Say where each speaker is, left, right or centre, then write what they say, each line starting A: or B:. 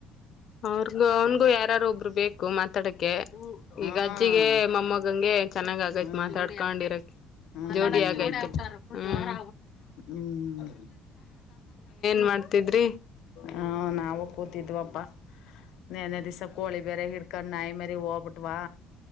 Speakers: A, on the left (about 40°); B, on the left (about 65°).
A: ಅವ್ರಗೂ ಅವನ್ಗೂ ಯಾರಾರು ಒಬ್ರು ಬೇಕು ಮಾತಾಡಕ್ಕೆ
B: ಹ್ಮ್
A: ಈಗ ಅಜ್ಜಿಗೆ ಮಮ್ಮಗಂಗೆ ಚೆನ್ನಾಗ ಆಗೈತ್
B: ಹ್ಮ್
A: ಮಾತಾಡ್ಕೊಂಡಿರಕ್
B: ಹ್ಮ್
A: ಜೋಡಿ ಆಗೈತ ಹ್ಮ್
B: ಹ್ಮ್
A: ಮಾತಾಡ್ಕಂತಾರ
B: ಹ ನಾವು ಕೂ ತಿದ್ವಪ್ಪಾ ನೆನೆ ದಿವಸ ಕೋಳಿ ಬೇರೆ ಹಿಡ್ಕೊಂಡ್ ನಾಯಿ ಮರಿ ಹೋಗ್ಬಿಟ್ವಾ